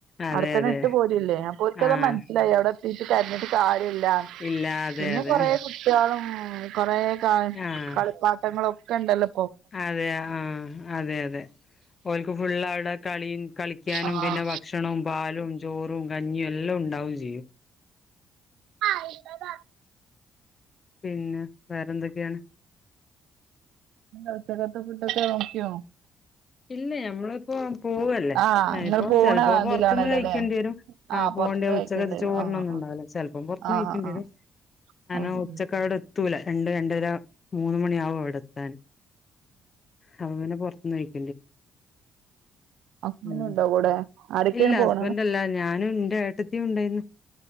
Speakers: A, on the left; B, on the right.
A: അതെ
B: ആടെ തന്നെ
A: അതെ
B: ഇട്ട് പോരല്ലേ അപ്പൊ ഓൽക്കത്
A: ആഹ്
B: മനസ്സിലായി അവിടെ കിട്ടീട്ട് കരഞ്ഞിട്ട് കാര്യല്ല.
A: ഇല്ല അതെ
B: പിന്നെ
A: അതെ
B: കൊറെേ കുട്ടിയോളും കൊറെ ആ
A: ആഹ്
B: കളിപ്പാട്ടങ്ങളൊക്കെ ഉണ്ടല്ലോ
A: അതെ ആ അതെ അതെ ഓൽക്ക് ഫുൾ അവിടെ കളി കളിക്കാനും
B: ആഹ്
A: പിന്നെ ഭക്ഷണവും പാലും ചോറും കഞ്ഞിയും എല്ലാം ഉണ്ടാവും ചെയ്യും
B: <unintelligible>
A: പിന്നെ വേറെ എന്തൊക്കെയാണ്.
B: ഉച്ചക്കത്തെ ഫുഡ്ഓകെ നോക്കിയോ.
A: ഇല്ല ഞമ്മളിപ്പോ പോവല്ലേ
B: ആഹ്
A: ഞാനിപ്പോ
B: ഇങ്ങള് പോണ
A: ചെലപ്പോ
B: ഇതിലാണല്ലോല്ലേ
A: പൊറത്തുന്ന് കഴിക്കേണ്ടി വരും.
B: ആഹ്
A: ആ പോവണ്ട
B: പൊറത്ത്ന്ന് കഴിക്കേണ്ടി
A: ഉച്ചകതെ
B: വരും
A: ചോർണ്ണൊന്നും
B: ആഹ്
A: ഉണ്ടാവില്ല ചിലപ്പം പുറതുന്ന്
B: ആഹ്
A: കയിക്കേണ്ടി
B: ആഹ്
A: വരും. ഞാനോ
B: ആഹ് ഉം
A: ഉച്ചക്കാടെ
B: ഉം
A: എത്തൂല. രണ്ട് രണ്ടര മൂന്ന്മണിയാവും അവിടെ എത്താൻ. അപ്പ പിന്നെ പുറത്തുന്ന് ക
B: ഹസ്ബന്റ്
A: ഉം
B: ഉണ്ടോ കൂടെ. ആരൊക്കെയാണ്
A: ഇല്ല
B: പോണത്
A: ഹസ്ബൻഡല്ല ഞാനും എന്റെ ഏട്ടത്തിയും ഉണ്ടായിരുന്നു.